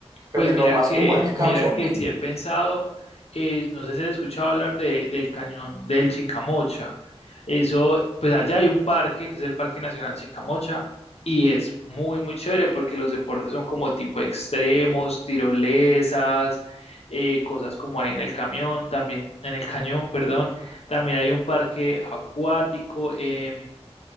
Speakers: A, on the right (about 35°); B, on the left (about 70°).
A: pero
B: Pues mira
A: más
B: que,
A: como del
B: mira
A: campo,
B: que
A: ¿no?
B: sí he pensado, eh, no sé si has escuchado hablar de, del cañón del Chicamocha. Eso, pues allá hay un parque que es el Parque Nacional Chicamocha y es muy, muy chévere porque los deportes son como tipo extremos, tirolesas, eh, cosas como hay en el camión, también en el cañón, perdón. También hay un parque acuático. em,